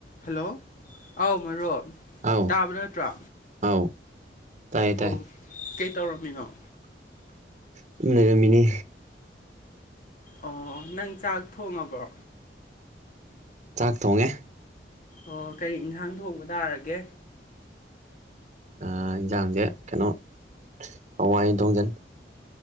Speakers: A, on the left; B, on the right.
A: Hello ꯑꯧ ꯃꯔꯨꯞ
B: ꯑꯥꯎ
A: ꯇꯥꯕ ꯅꯠꯇ꯭ꯔꯣ
B: ꯑꯥꯎ ꯇꯥꯏ
A: ꯑꯣ
B: ꯇꯥꯏ
A: ꯀꯩ ꯇꯧꯔꯝꯃꯤꯅꯣ
B: ꯆꯨꯝ ꯂꯩꯔꯝ ꯃꯤꯅꯤ
A: ꯑꯣ ꯅꯪ ꯆꯥꯛ ꯊꯣꯡꯉꯕ꯭ꯔꯣ
B: ꯆꯥꯛ ꯊꯣꯡꯉꯦ
A: ꯑꯣ ꯀꯔꯤ ꯏꯟꯈꯥꯡ ꯊꯣꯡꯕ ꯇꯥꯔꯒꯦ
B: ꯑꯥ ꯏꯟꯖꯥꯡꯁꯦ ꯀꯩꯅꯣ ꯍꯋꯥꯏ ꯑꯣꯏꯅ ꯊꯣꯡꯖꯤꯟꯂꯦ